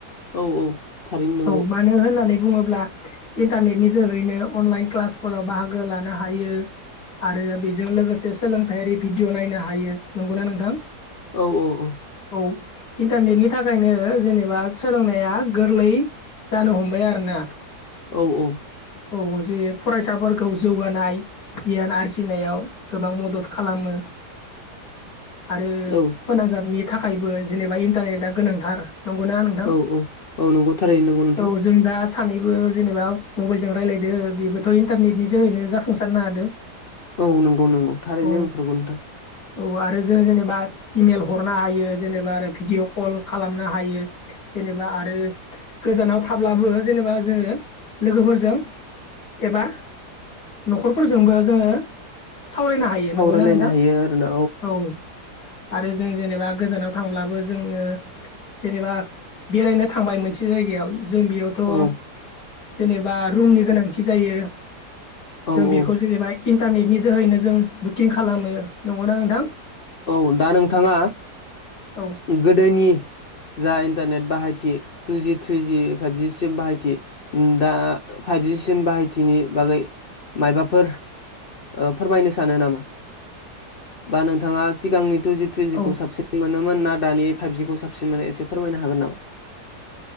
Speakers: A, on the left (about 55°); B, on the left (about 85°).
A: औ औ थारैनो नंगौ
B: औ मानो होननानै बुङोब्ला। इन्टारनेटनि जोहैनो अनलाइन क्लासफोराव बाहागो लानो हायो। आरो बेजों लोगोसे सोलोंथायारि भिडिअ' नायनो हायो। नंगौना नोंथां?
A: औ औ औ।
B: औ इन्टारनेटनि थाखायनो जेनेबा सोलोंनाया गोरलै जानो हमबाय आरो ना।
A: औ औ।
B: औ औ जे फरायसाफोलखौ जौगानाय गियान आरजिनायाव गोबां मदद खालामो आरो
A: औ
B: फोनांजाबनि थाखायबो जेनेबा इन्टारेटा गोनांथार। नंगौना नोंथां?
A: औ औ औ नंगौ थारैनो नंगौ नोंथां
B: औ जों दा सानैबो जेनेबा मबाइलजों रायलायदो बेबोथ' इन्टारनेट नि जोहैनो जाफुंसारनो हादो।
A: औ नोंगौ नोंगौ थारैनो
B: औ
A: नंथारगौ नोंथां।
B: औ आरो जों जेनेबा इमेल हरनो हायो जेनेबा आरो भिडिअ कल खालामनो हायो जेनेबा आरो गोजानाव थाब्लाबो जेनेबा जोङो लोगोफोरजों एबा न'खरफोरजोंबो जोङो सावरायनो हायो। ए
A: सावरायलायनो
B: नंगौना नोंथां?
A: हायो आरोना
B: औ। आरो जों जेनेबा गोजानाव थांब्लाबो जोङो जेनेबा बेरायनो थांबाय मोनसे जायगायाव जों बेयाव थ'
A: औ
B: जेनेबा रुमनि गोनांथि जायो जों
A: औ
B: बेखौ
A: औ
B: जानेबाय इन्टारनेटनि जोहैनो जों बुकिं खालामो। नंगौना नोंथां?
A: औ दा नोंथाङा
B: औ।
A: गोदोनि जा इन्टारनेट बाहायथि टुजि थ्रिजि फाइभजि सिम बाहायथि दा फाइभजि सिम बाहायथिनि बागै मायबाफोर ओ फोरमायनो सानो नामा? बा नोंथाङा सिगांनि टुजि थ्रिजिखौ
B: औ
A: साबसिन मोनोमोन ना दानि फाइभजिखौ साबसिन मोनो एसे फोरमायनो हागोन नामा?